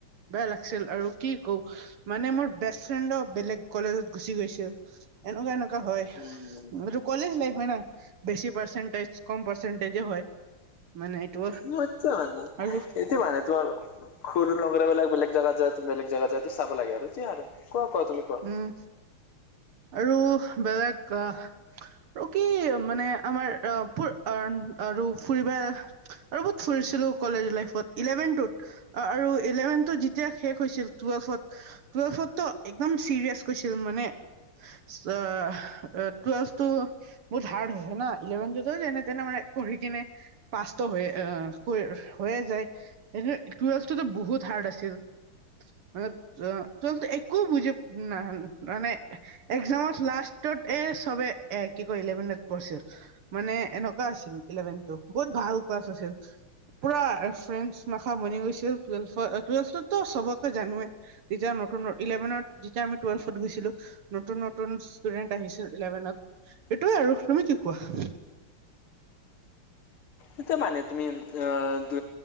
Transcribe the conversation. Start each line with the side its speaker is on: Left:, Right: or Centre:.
Right: বেয়া লাগছিল আৰু কি কও হ হ হ। মানে মোৰ বেষ্ট ফ্ৰেণ্ডো বেলেগ কলেজত গুচি গৈছিল সি সি সি সেইটো কাৰণে এনেকা হয় এইটো
Left: উম
Right: কলেজ লাইফ হয় ন বেছি পাৰ্চেন্টেজ কম পাৰ্চেন্টেজো হয়। মানে এইটো
Left: মই এতিয়াও মানো
Right: আৰু
Left: সেটো মানে তোমাৰ সুৰো লগৰবিলাক বেলেগ জাগাত যায় বেলেগ জাগাত যায়ো চাব লাগে আৰু সেইটোৱে আৰু কোৱা কোৱা তুমি। কোৱা
Right: উম উ উ, দেহ আৰু হ বেলেগ কা আহ। উম আহ আৰু কি মানে আমাৰ ৰ পুৰ আহ আৰু ফুৰিবা। আৰু বহুত ফুৰিছিলো কলেজ লাইফত ইলেভেনটোত। আ আৰু ইলেভেনটো যেতিয়া শেষ হৈছিল টুৱেলভত, টুৱেলভতো এ একদম চিৰিয়াচ কৈছো মানে ছ অ টুৱেলভটো বহুত হাৰ্ড হৈছে না ইলেভনটো টো যেনে তেনে মানে পঢ়িকিনে পাছটো হৈ আহ হৈ হৈয়ে যায়। এনে টুৱেলভটোটো বহুত হাৰ্ড আছিল মানে অ টুৱেলভটো একো বুজি না <unintelligible> একজামত লাষ্টত এ চবে এ কি কৰিলে মানে পঢ়ছে মানে এনকা আছিল ইলেভেনটো, বহুত ভাল ক্লাছ আছিল। পুৰা ফ্ৰেণ্ডচ মাখা বনি গৈছিল টুৱেলভত এ টুৱেলভটোতো চবকে জানোৱে। তেতিয়া নতুন ন ইলেভেনত যেতিয়া আমি টুৱেলভত গৈছিলো নতুন - নতুন ষ্টুডেন্ট আহিছিল ইলেভেনত। এইটোৱে আৰু তুমি কি কোৱা?
Left: এইটোৱে মানে তুমি অ য